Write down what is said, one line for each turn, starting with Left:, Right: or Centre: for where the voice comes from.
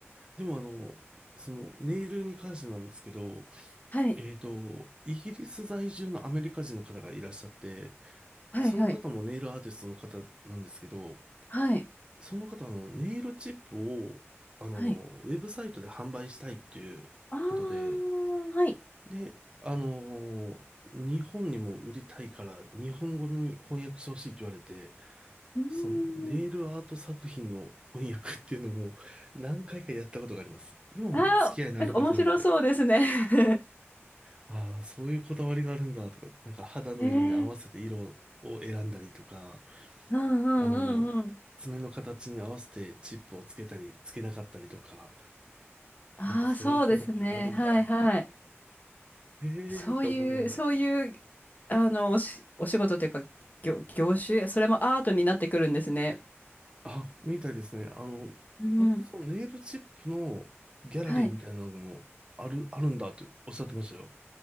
Right: でもあの、そのネイルに関してなんですけど、
Left: はい。
Right: えっと、イギリス在住のアメリカ人の方がいらっしゃって、
Left: はい、
Right: その方もネイルアーティストの方なんですけど、
Left: はい。はい。
Right: その方はあのネイルチップを、あの、
Left: はい。
Right: ウェブサイトで販売したいっていうことで、
Left: あーはい。
Right: で、あの、日本にも売りたいから、日本語に翻訳してほしいって言われて、
Left: うー
Right: そのネイルアート作品の翻訳っていうのも何回かやったことがあります。
Left: ん。
Right: 今もね、
Left: あーなんか面白そうですね。
Right: 付き合いのある方なんで、
Left: <laughs>
Right: ああ、そういうこだわりがあるんだとか、なんか肌の色に合わせて色を選んだりとか、
Left: えーうんうんうんうん。
Right: あの、爪の形に合わせてチップをつけたり、つけなかったりとか、
Left: ああ、
Right: なんかそういうこだわりがあるんだ、
Left: そうですね。はい、
Right: みたいな。
Left: はい。
Right: ええー、
Left: そういう、
Right: と思いながら。
Left: そういう、あの、おし、お仕事というか、業、業種、それもアートになってくるんですね。
Right: あ、みたいですね。あの、
Left: うん。
Right: 割とそのネイルチップのギャラリーみたいなのもある、
Left: はい。
Right: あるんだっておっしゃってましたよ。